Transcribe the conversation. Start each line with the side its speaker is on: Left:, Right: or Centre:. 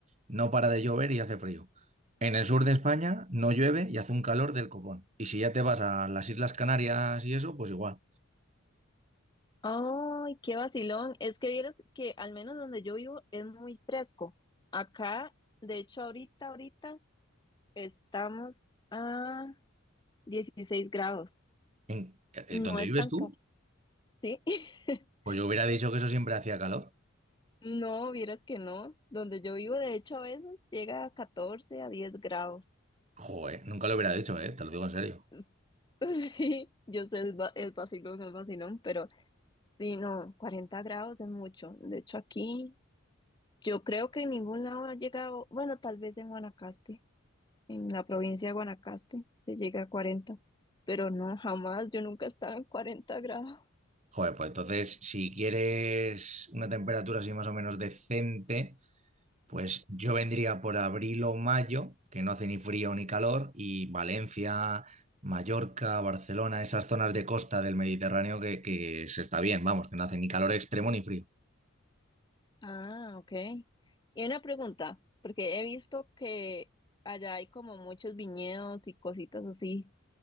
Right: no para de llover y hace frío. En el sur de España no llueve y hace un calor del copón. Y si ya te vas a las Islas Canarias y eso, pues igual.
Left: Ay, qué vacilón. Es que vieras que al menos donde yo vivo es muy fresco. Acá, de hecho, ahorita, ahorita estamos a 16 grados.
Right: En, eh,
Left: No
Right: ¿dónde
Left: es
Right: vives
Left: tan
Right: tú?
Left: caro, ¿sí? <laughs>
Right: Pues yo hubiera dicho que eso siempre hacía calor.
Left: No, vieras que no. Donde yo vivo, de hecho, a veces llega a 14 a 10 grados.
Right: Joder, nunca lo hubiera dicho, ¿eh? Te lo digo en serio.
Left: Es- <laughs> Sí, yo sé, es, va- es vacilón, es vacilón, pero sí, no, Cuarenta grados es mucho. De hecho, aquí yo creo que en ningún lado ha llegado, bueno, tal vez en Guanacaste, en la provincia de Guanacaste se llega a cuarenta. pero no, jamás, yo nunca estaba en 40 grados.
Right: Joder, pues entonces, si quieres una temperatura así más o menos decente, pues yo vendría por abril o mayo, que no hace ni frío ni calor, y Valencia, Mallorca, Barcelona, esas zonas de costa del Mediterráneo que, que se está bien, vamos, que no hace ni calor extremo ni frío.
Left: Ah, ok. Y una pregunta, porque he visto que allá hay como muchos viñedos y cositas así.